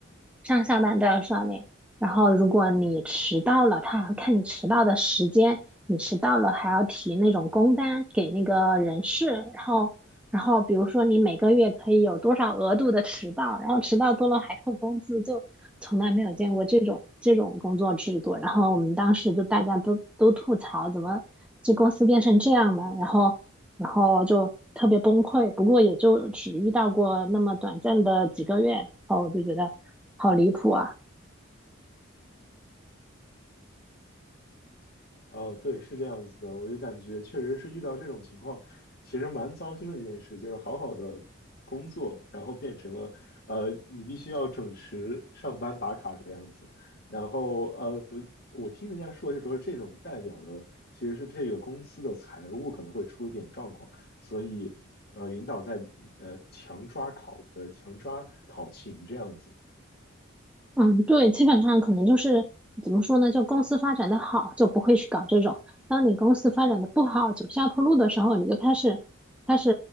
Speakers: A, in the centre; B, on the left.
A: 上下班都要刷脸。然后如果你迟到了，他还要看你迟到的时间，你迟到了还要提那种工单给那个人事，然后然后比如说你每个月可以有多少额度的迟到，然后迟到多了还扣工资，就从来没有见过这种这种工作制度。然后我们当时就大家都都吐槽，怎么这公司变成这样了？然后然后就特别崩溃。不过也就只遇到过那么短暂的几个月，然后我就觉得好离谱啊。
B: 哦，对，是这样子的，我就感觉确实是遇到这种情况，其实蛮糟心的一件事，就是好好的工作，然后变成了，呃，你必须要准时上班打卡这样子，然后呃，我听人家说，就说这种代表的其实是这个公司的财务可能会出一点状况，所以呃，领导在呃强抓考呃强抓考勤这样子，
A: 嗯，对，基本上可能就是怎么说呢？就公司发展的好，就不会去搞这种；当你公司发展的不好，走下坡路的时候，你就开始开始